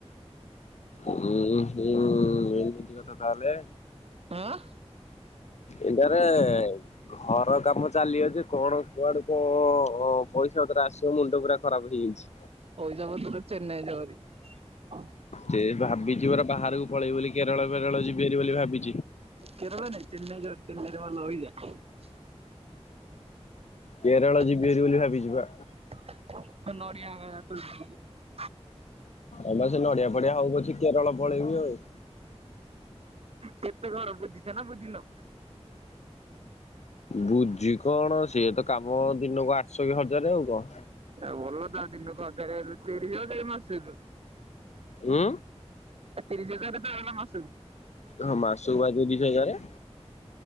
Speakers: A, on the left (about 80°); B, on the right (about 60°).
A: ହୁଁ- ହୁଁ ଏମିତି କଥା ତାହଲେ?
B: ଆଁ
A: ଏଠାରେ ଘର କାମ ଚାଲି ଅଛି କଣ କୁଆଡୁ କ-, ପଇସା ପତର ଆସିବ ମୁଣ୍ଡ ପୁରା ଖରାପ ହେଇଯାଇଛି।
B: ଜବଳ ତୁର ଚେନ୍ନାଇ <unintelligible>
A: ସେ ଭାବିଛି ପରା ବାହାରକୁ ପଳେଇବି ବୋଲି। କେରଳ, ବେରଳ ଯିବି ବୋଲି ଭାବି
B: କେରଳ ନେ ଚେନାଇଜୋର <inaudible>
A: କେରଳ
B: <inaudible>
A: ଯିବି ହେରି ବୋଲି ଭାବିଛି ପା। ଆମେ ସେ ନଡିଆ, ପଡିଆ ହଉ ପଛେ, କେରଳ ପଳେଇବି ଆଉ।
B: କେତେ ଘର ବୁଝିଛ ନା ବୁଝିନ?
A: ବୁଝି କଣ ସିଏ ତ କାମ ଦିନକୁ ଆଠଶହ କି ହଜାରେ ଆଉ କଣ।
B: ଭଲ ତ ଦିନକୁ ହଜାରେ ହେଲେ, ତିରିଶି ହଜାର, ମାସକୁ।
A: ଉଁ
B: ତିରିଶ ହଜାର ତ ହେଲା ମାସକୁ।
A: ହଁ ମାସ କୁ ବା ତିରିଶି ହଜାରେ।